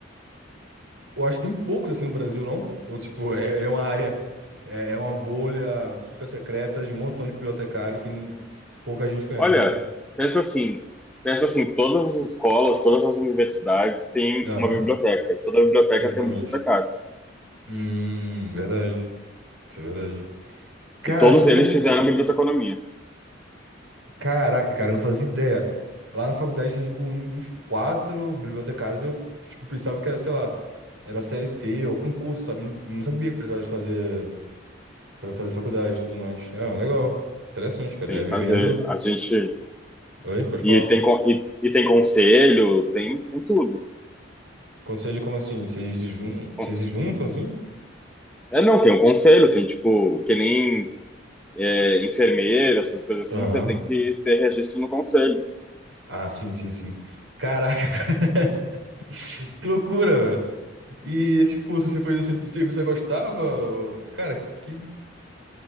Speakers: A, on the right (about 80°); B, in the centre.
A: Eu acho que tem poucos assim no Brasil, não? Ou, tipo, é, é uma área, é, é uma bolha super secreta de um montão de bibliotecário que n- pouca gente conhece,
B: Olha,
A: cara.
B: pensa assim, pensa assim, todas as escolas, todas as universidades têm
A: Aham,
B: uma biblioteca, e toda biblioteca
A: exatamente.
B: tem um bibliotecário.
A: Hum, verdade. Isso é verdade. Cara,
B: E todos
A: que
B: eles
A: loucura.
B: fizeram biblioteconomia.
A: Caraca, cara, eu não fazia ideia. Lá na faculdade tem, tipo, um, uns quatro bibliotecários. Eu, tipo, pensava que era, sei lá, era CLT ou concurso, sabe? Não não sabia que precisava de fazer para fazer faculdade e tudo mais. Ah, legal. Interessante, cara.
B: Tem
A: É vivendo.
B: que fazer, a gente
A: Oi, pode
B: e
A: falar.
B: tem con- e, e tem conselho, tem tem tudo.
A: Conselho como assim? Vocês se jun... Vocês
B: Bom,
A: se juntam assim?
B: É, não, tem um conselho, tem tipo, que nem é, enfermeiro, essas coisas
A: Aham.
B: assim, você tem que ter registro no conselho.
A: Ah, sim, sim, sim. Caraca, <laughs> que loucura, velho. E esse curso, você fez assim porque você você gostava? Cara, que...